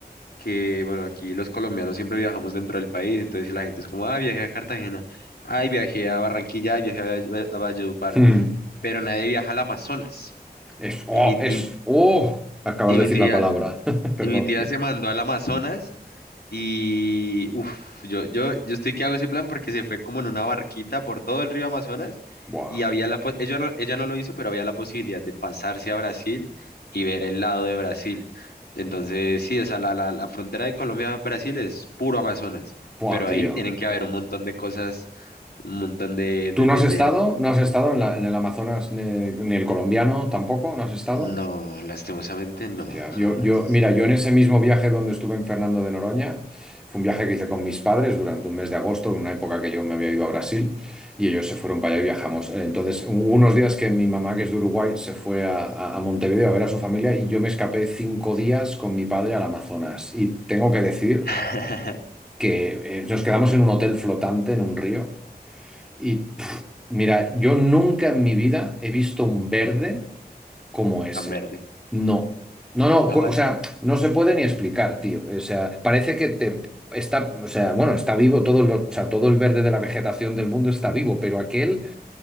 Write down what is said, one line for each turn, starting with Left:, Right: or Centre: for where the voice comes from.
Left: que, bueno, aquí los colombianos siempre viajamos dentro del país, entonces si la gente es como, ah, viajé a Cartagena, ay, viajé a Barranquilla, ay, viajé a, a Valledupar,
Centre: hmm.
Left: pero nadie viaja al Amazonas.
Centre: Es... ¡Oh!
Left: Y mi,
Centre: Es...
Left: y,
Centre: ¡Oh! Acabas
Left: y
Centre: de
Left: mi
Centre: decir
Left: tía,
Centre: la palabra. <laughs> Perdón.
Left: y mi tía se mandó al Amazonas Y uff, yo, yo, yo estoy que hago ese plan porque se fue como en una barquita por todo el río Amazonas
Centre: Buah.
Left: y había la, po- ella no, ella no lo hizo, pero había la posibilidad de pasarse a Brasil y ver el lado de Brasil. Entonces, sí, o sea, la, la, la frontera de Colombia-Brasil es puro Amazonas,
Centre: Buah,
Left: pero
Centre: tío.
Left: ahí tienen que haber un montón de cosas, un montón de,
Centre: ¿Tú
Left: de,
Centre: no
Left: de,
Centre: has estado?
Left: de...
Centre: ¿No has estado en la- en el Amazonas eh, ni el colombiano tampoco? ¿No has estado?
Left: No, lastimosamente no,
Centre: Hostia,
Left: jamás.
Centre: yo, yo, mira, yo en ese mismo viaje donde estuve en Fernando de Noroña, fue un viaje que hice con mis padres durante un mes de agosto, en una época que yo me había ido a Brasil, y ellos se fueron para allá y viajamos. Eh, Entonces, hubo unos días que mi mamá, que es de Uruguay, se fue a, a- a Montevideo a ver a su familia y yo me escapé cinco días con mi padre al Amazonas. Y tengo que decir
Left: <laughs>
Centre: que eh, nos quedamos en un hotel flotante en un río. Y Mira, yo nunca en mi vida he visto un verde como ese.
Left: Tan verde,
Centre: No, no, no,
Left: jamás.
Centre: cu- o sea, no se puede ni explicar, tío. O sea, parece que te está, o sea, bueno, está vivo todo lo- o sea, todo el verde de la vegetación del mundo está vivo, pero aquel